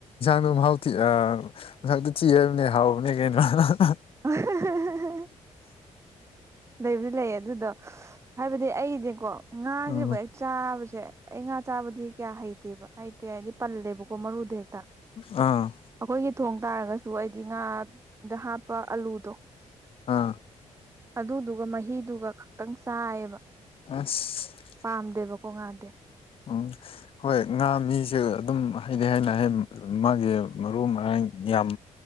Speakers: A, on the left; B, on the right.
A: ꯑꯗꯣ ꯃꯍꯥꯎꯊꯤ ꯑ ꯃꯁꯛꯇꯤ ꯊꯤ ꯍꯥꯏꯕꯅꯦ ꯍꯥꯎꯕꯅꯦ ꯀꯩꯅꯣ ꯑꯍ ꯑꯍ
B: <unintelligible> ꯂꯩꯕꯨꯗꯤ ꯂꯩꯑꯦ ꯑꯗꯨꯗꯣ ꯍꯥꯏꯕꯗꯤ ꯑꯩꯗꯤꯀꯣ ꯉꯥꯁꯦꯕꯨ
A: ꯎꯝ
B: ꯍꯦꯛ ꯆꯥꯕꯁꯤ ꯁꯦ ꯑꯩ ꯉꯥ ꯆꯥꯕꯗꯤ ꯀꯌꯥ ꯍꯩꯇꯦꯕ ꯍꯩꯇꯦ ꯍꯥꯏꯗꯤ ꯄꯜꯂꯦꯕꯀꯣ ꯃꯔꯨꯗ ꯍꯦꯛ ꯇ
A: ꯑꯥ
B: ꯑꯩꯈꯣꯏꯒꯤ ꯊꯣꯡ ꯇꯥꯔꯒꯁꯨ ꯑꯩꯗꯤ ꯉꯥꯗ ꯍꯥꯞ ꯄ ꯑꯂꯨꯗꯣ
A: ꯑꯥ
B: ꯑꯗꯨꯗꯨꯒ ꯃꯍꯤꯗꯨꯒ ꯈꯛꯇꯪ ꯆꯥꯏꯑꯦꯕ
A: ꯑꯁ
B: ꯄꯥꯝꯗꯦꯕꯀꯣ ꯉꯥꯗꯤ
A: ꯎꯝ ꯍꯣꯏ ꯉꯥ ꯃꯤꯖꯦ ꯑꯗꯨꯝ ꯍꯩꯅꯩ ꯅꯥꯏꯍꯦꯟ ꯃꯥꯒꯤ ꯃꯔꯨ ꯃꯔꯥꯡ ꯌꯥꯝ